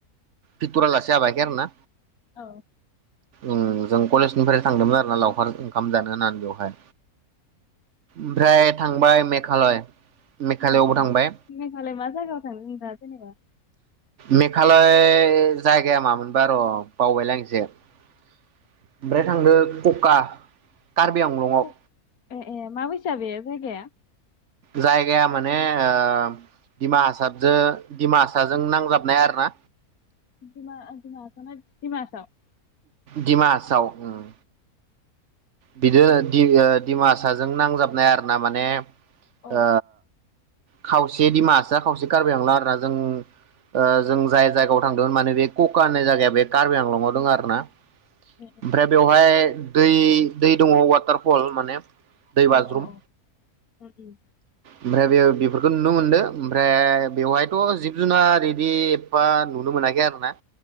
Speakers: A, on the right; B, on the left.
A: भिथरालासि हाबाखै आरो ना
B: औ
A: ओम जों कलेजनिफ्राय थांदोंमोन आरो ना लावखार ओख खामजानो होननानै बेवहाय ओमफ्राय थांबाय मेघालय मेघालयआवबो
B: ए ए
A: थांबाय
B: मेघालय मा जायगायाव थांदों नोंथाङा जेनेबा
A: मेघालय जायगाया मामोनबा र बावबायलां एसे ओमफ्राय थांदो कका कार्बि आंलंआव
B: ए ए ए माबैसा बे जायगाया
A: जायगाया माने ओ दिमाहासाबजो दिमाहासाजो नांजाबनाय आरो ना
B: दिमा-दिमाहासाना दिमाहासाव
A: दिमाहासाव ओम बिदिनो दि ओ दिमासाजों नांजाबनाय आरो ना माने ओ
B: औ
A: खावसे दिमाहासा खावसे कार्बि आंलं आर ना जों ओ जों जाय जायगायाव थांदोंमोन माने बे कका होननाय जायगाया बे कार्बि आंलंआव दङो आरो ना
B: ए ए
A: ओमफ्राय बेवहाय दै दै दङ वाटारफल माने दै
B: अ
A: बाज्रुम
B: अ अ उ उम
A: ओमफ्राय बेयो बेफोरखौ नुनो मोनदो ओमफ्राय बेवहायथ जिब जुनार इदि एफफा नुनो मोनाखै आरो ना